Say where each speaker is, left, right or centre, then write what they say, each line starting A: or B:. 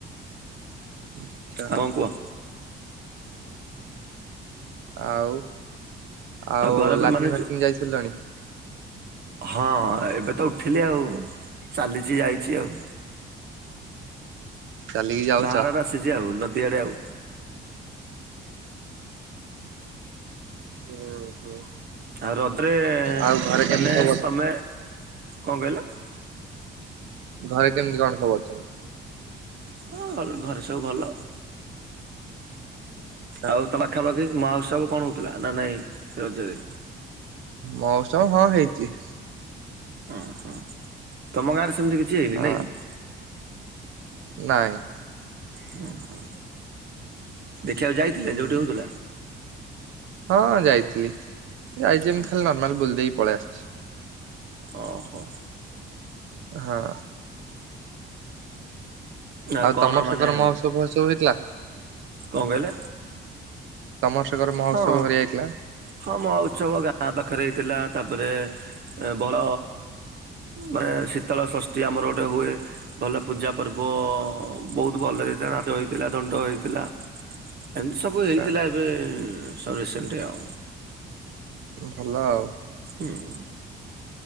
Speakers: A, on the right; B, on the right.
A: ଆଛା
B: ଆଉ କଣ କୁହ?
A: ଆଉ ଆଉ
B: ଘର
A: ଲାଟି୍ନ୍
B: ମାନେ
A: ଫାଟିନ୍
B: ଯୋଉ-
A: ଯାଇ ସାରିଲଣି?
B: ହଁ ଏବେ ତ ଉଠିଲି ଆଉ ଚାଲିଚି ଯାଇଚି ଆଉ।
A: ଚାଲିକି ଯାଉଛ
B: ବାହାର ଆଡେ ଆସିଛି ଆଉ ନଦୀଆଡେ ଆଉ।
A: ହୁଁ ହୁଁ।
B: ଆଉ ରଜରେ
A: ଆଉ ଘରେ କେମିତି
B: ମାନେ
A: ସବୁ
B: ସେ
A: ଅଛ
B: ତମେ କଣ କହିଲ?
A: ଘରେ କେମିତି କଣ ସବୁ ଅଛନ୍ତି?
B: ହଁ ଘରେ ସବୁ ଭଲ।
A: ଆଛା
B: ଆଉ ତ ପାଖାପାଖି ମାହାଉସବ କଣ ହଉଥିଲା ନା ନାଇଁ ରଜରେ?
A: ମହୋତ୍ସବ ହଁ ହେଇଛି।
B: ଓଁ ହୁଁ ତମ ଗାଁରେ ସେମିତି କିଛି ହେଇନି
A: ହଁ
B: ନାଇଁ କି?
A: ନାଇଁ।
B: ହୁଁ ହୁଁ ଦେଖିବାକୁ ଯାଇଥିଲେ
A: ହୁଁ
B: ଯୋଉଠେ ହଉଥିଲା?
A: ହଁ ଯାଇଥିଲି ଯାଇଚି ଏମିତି
B: ହଁ
A: ଖାଲି ନର୍ମାଲ ବୁଲି ଦେଇକି ପଳେଇ ଆସିଛି।
B: ଓହୋ।
A: ହାଁ।
B: ଆଉ କଣ
A: ତମର
B: ମାନେ
A: ସେକର ମହୋତ୍ସବ ଫହୋତ୍ସବ ହେଇଥିଲା
B: କଣ କହିଲେ?
A: ତମର ସେକରେ ମହୋତ୍ସବ
B: ହଁ
A: ହରିକା ହେଇଥିଲା?
B: ହଁ ମୋହଉତ୍ସବ ଗାଁ ପାଖରେ ହେଇଥିଲା ତାପରେ ଏ ବଡ ମାନେ ଶୀତଳ ଷଷ୍ଠୀ ଆମର ଗୋଟେ ହୁଏ ଭଲ ପୂଜା ପର୍ବ ବହୁତ ଭଲ ହେଇଥିଲା। ନାଚ ହେଇଥିଲା, ଦଣ୍ଡ ହେଇଥିଲା। ଏମିତି ସବୁ ହେଇଥିଲା
A: ଆଚ୍ଛା
B: ଏବେ ସ ରିସେଣ୍ଟ ଆଉ।
A: ଭଲ ଆଉ।
B: ହୁଁ